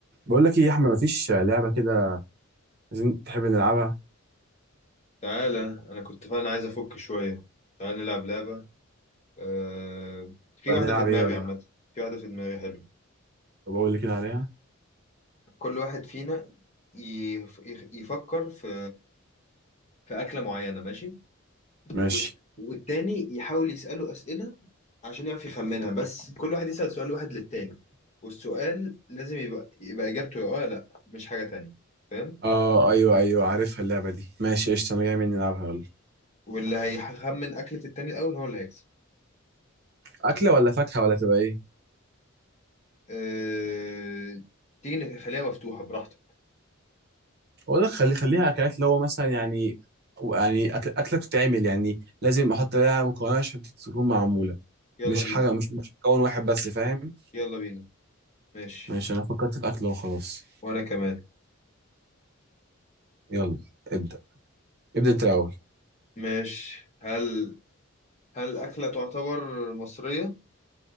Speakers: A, on the right (about 50°); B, on the left (about 35°).
A: بقول لك ايه يا احمد مفيش لعبه كده عايزين تحب نلعبها
B: تعالى انا كنت فعلا عايز افك شويه تعالى نلعب لعبه أه... في
A: بقى
B: واحده
A: نلعب
B: في دماغي
A: ايه ولا
B: عامه في واحده في دماغي حلو
A: طب اقول لي كده عليها
B: كل واحد فينا يف... يخ- يفكر في في اكله معينه ماشي
A: ماشي
B: والت... والتاني يحاول يساله اسئله عشان يعرف يخمنها بس كل واحد يسال سؤال واحد للتاني والسؤال لازم يبقى يبقى اجابته يا اه يا لا مش حاجه تانية فاهم
A: اه ايوه ايوه عارفها اللعبه دي ماشي قشطه انا جاي من نلعبها يلا
B: واللي هيخمن اكله التاني الاول هو اللي هيكسب
A: اكله ولا فاكهه ولا تبقى ايه
B: أه... تيجي نخليها مفتوحه براحتك
A: اقول لك خلي خليها اكلات اللي هو مثلا يعني يعني أك- اكله بتتعمل يعني لازم احط لها مكونات عشان تكون معموله
B: يلا
A: مش
B: بينا
A: حاجه مش مش مكون واحد بس فاهم
B: يلا بينا ماشي
A: ماشي انا فكرت في اكله وخلاص
B: وانا كمان
A: يلا ابدا ابدا انت الاول
B: ماشي هل هل اكله تعتبر مصريه